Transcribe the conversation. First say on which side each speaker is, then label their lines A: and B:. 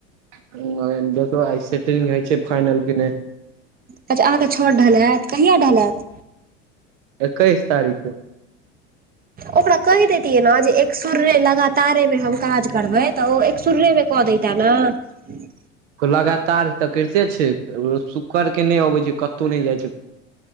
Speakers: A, on the right; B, on the right.
A: <unintelligible> सेटिंग होइ छै फाइनल कि नै?
B: अच्छा अहाँ केँ छत ढलाएत, कहिया ढलाएत?
A: एकैस तारीक कै।
B: ओकरा कैह देैतियै नै जे एक सूररे लगातारे मे हम काज करबै। तऽ ओ एक सूररे के क दैता नै।
A: लगातार तै कैरते छै ओ शुक्कर के नै अबै छै कत्तो नै जाए छै।